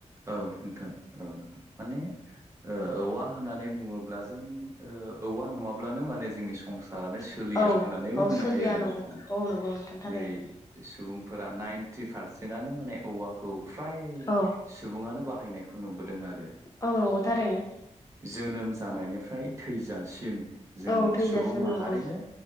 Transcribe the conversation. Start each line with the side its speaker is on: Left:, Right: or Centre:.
Right: औ नोंथां औ नोंथां माने औवा होननानै बुङोब्ला जों औवा नङाब्लानो माने जोंनि संसारानो सोलिया
Left: हो औ
Right: होननानैबो
Left: औ
Right: बुंनो
Left: सोलिया
Right: हायो आरो
Left: नंगौ
Right: नोंथाङा
Left: औ नंगौ नोंथां थारैनो
Right: जेरै सुबुंफोरा नाइनटि पारसेन्टनो माने औवाखौ फ्राय
Left: औ
Right: बाहायनियखो नुबोदों‌ आरो
Left: औ नंगौ थारैनो
Right: जोनोम जानायनिफ्राय थैजासिम जों
Left: औ थैजासिम
Right: सुबुं माहारिनो
Left: नंगौ